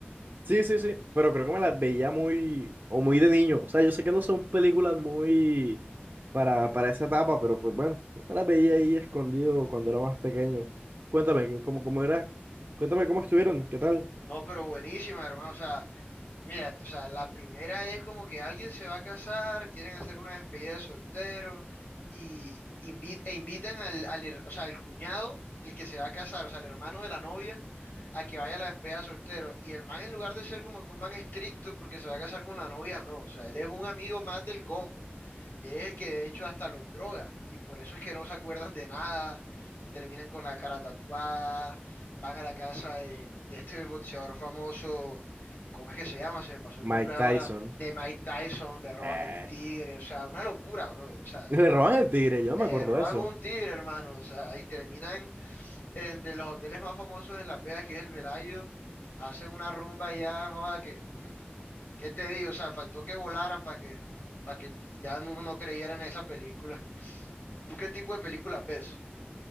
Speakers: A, on the right; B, on the left.
A: Sí, sí, sí, pero creo que me las veía muy, o muy de niño. O sea, yo sé que no son películas muy para, para esa etapa, pero pues bueno, yo me las veía ahí escondido cuando era más pequeño. Cuéntame, ¿cómo, cómo era? Cuéntame cómo estuvieron, ¿qué tal?
B: No, pero buenísima, hermano. O sea, Mira, o sea, la primera es como que alguien se va a casar, quieren hacer una despedida de soltero y invi- e invitan al, al her- o sea, al cuñado del que se va a casar, o sea, al hermano de la novia, a que vaya a la despedida de soltero. Y el man, en lugar de ser como que un man estricto porque se va a casar con la novia, no, o sea, él es un amigo más del combo. Eres el que de hecho hasta los droga y por eso es que no se acuerdan de nada, terminan con la cara tatuada, van a la casa de, de este boxeador famoso, ¿cómo es que se llama? Se me pasó el
A: Mike
B: nombre ahora,
A: Tyson.
B: de Mike Tyson, le roban
A: Eh,
B: el tigre, o sea, una locura, brother, o sea,
A: <laughs> le roban el tigre, yo no
B: le
A: me acuerdo
B: roban
A: de eso.
B: un tigre, hermano, o sea, y terminan en de los hoteles más famosos en Las Vegas, que es el Velayo, hacen una rumba y ya, joda, que, ¿qué te digo? O sea, faltó que volaran para que, para que ya uno no creyera en esa película. ¿Tú qué tipo de películas ves?